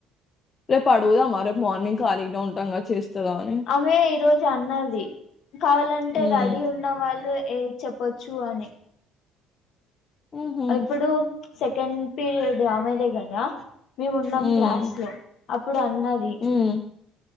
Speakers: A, on the left; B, on the left.
A: రేపు అడుగుదామా రేపు మార్నింగ్ ఖాళీగనే ఉంటాం కదా చేస్తదా అని.
B: ఆమె ఈరోజు అన్నది కావాలంటే
A: హ్మ్.
B: రెడీ ఉన్న వాళ్ళు ఏ చే పచ్చు అని
A: హుహు.
B: ఎప్పుడు సెకండ్ పీరియడ్ ఆమెదే కదా మేము ఉన్నాం
A: హ్మ్.
B: క్లాస్ లో అప్పుడు అన్నది.
A: హ్మ్.